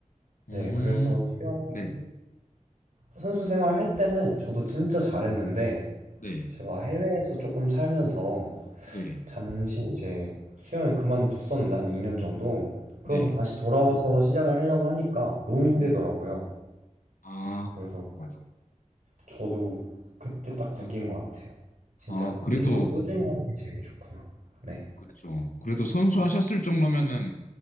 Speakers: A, on the left; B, on the right.
A: 오,
B: 네,
A: 네.
B: 그래서 수영
A: 네.
B: 선수 생활 할 때는 저도 진짜
A: 네.
B: 잘했는데,
A: 네.
B: 제가 해외에서 조금 살면서
A: 네.
B: 잠시 이제 수영을 그만뒀었는데, 한 2년 정도. 그러고
A: 네.
B: 다시 돌아와서 시작을 하려고 하니까 너무 힘들더라고요.
A: 네. 아,
B: 그래서
A: 그래서
B: 저도 그때 딱 느낀
A: 음.
B: 것 같아요. 진짜
A: 아, 그래도,
B: 계속 꾸준히 하는 게 제일 좋구나. 네.
A: 그렇죠. 그래도 선수하셨을 정도면은